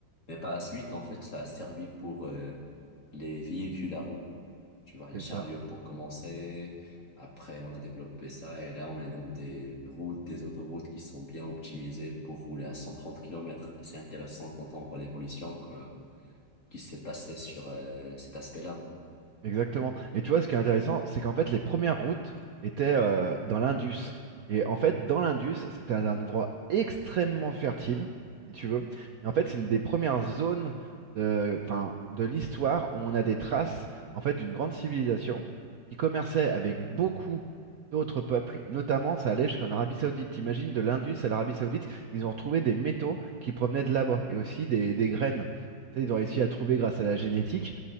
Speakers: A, on the left (about 40°); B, on the right (about 60°).
A: Mais par la suite, en fait, ça a servi pour euh, les véhicules à roues. Tu vois, les
B: c'est-
A: chariots pour commencer. Après, on a développé ça et là, on est dans des routes, des autoroutes qui sont bien optimisées pour rouler à 130 km. Et c'est intéressant quand on voit l'évolution quoi, qui s'est passée sur euh, cet aspect-là.
B: Exactement. Et tu vois, ce qui est intéressant, c'est qu'en fait, les premières routes étaient euh, dans l'Indus. Et en fait, dans l'Indus, c'était un endroit extrêmement fertile, si tu veux. Et en fait, c'est une des premières zones de, enfin, de l'histoire où on a des traces, en fait, d'une grande civilisation qui commerçait avec beaucoup d'autres peuples. Notamment, ça allait jusqu'en Arabie Saoudite. T'imagines, de l'Indus à l'Arabie Saoudite, ils ont retrouvé des métaux qui provenaient de là-bas et aussi des, des graines. Tu sais, ils ont réussi à trouver grâce à la génétique.